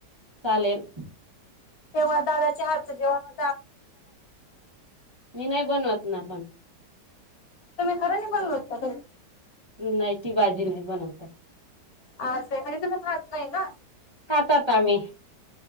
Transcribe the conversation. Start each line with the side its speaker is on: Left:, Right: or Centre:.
Right: लेल <unintelligible>
Left: तेव्हा दादा चार्ज देऊन.
Right: मी नाही बनवत ना पण
Left: तम खरं नि बोलवतार
Right: नाही ती बाजी नाही बनवतात.
Left: आ आहे म्हणजे तु खहात नाही ना.
Right: खातात आम्ही